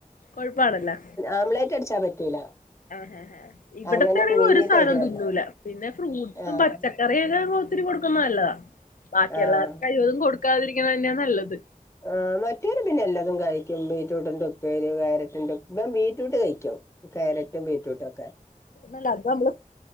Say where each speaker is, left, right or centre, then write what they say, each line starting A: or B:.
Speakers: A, on the left; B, on the left.
A: കൊഴപ്പണല്ലോ
B: ആംലേറ്റ് അടിച്ചാ പറ്റൂല.
A: ആഹ് ആഹ് ആഹ് ഇവടത്തെ
B: അങ്ങനെ
A: ആണെങ്കി
B: പുഴുങ്ങിട്ട്
A: ഒരു സാനു
B: അതിന്റെ
A: തിന്നൂല
B: വെള്ള
A: പിന്നെ ഫ്രൂട്ട്സും
B: ആഹ്
A: പച്ച കറിയൊക്ക ഒത്തിരി കൊടുക്കുന്നെ നല്ലതാ ബാക്കി
B: ആഹ്
A: എല്ലാ കഴിവതും കൊടുക്കാതിരിക്കുന്നെ ന്ന നല്ലത്.
B: ആഹ് മറ്റേര് പിന്നെ എല്ലതും കഴിക്കും ബീട്രൂട്ടിന്റെ ഉപ്പേരി കരറ്റിന്റെ ഉ ഇവൻ ബീറ്റ്രൂട്ട് കയ്ക്കും. കേരറ്റും ബീറ്റൂട്ടുംക്കെ.
A: അല്ല അത് അമ്ള്